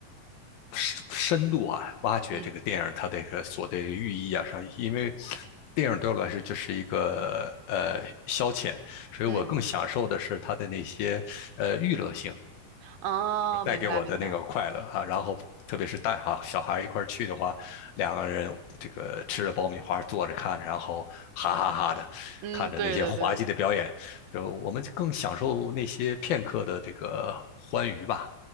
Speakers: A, on the left; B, on the right.
A: 深深度啊挖掘这个电影它这个所的寓意啊上，
B: 嗯
A: 因为电影对我来说就是一个呃消遣，所以我更享受的是它的那些呃娱乐性。
B: 嗯，哦，
A: 带给我的那个快乐啊，
B: 明白明白。
A: 然后特别是带哈小孩一块去的话，两个人这个吃着爆米花坐着看，然后哈哈哈的看着那些滑稽的表演，
B: 嗯，对对对
A: 就我们更享受那些片刻的这个欢愉吧，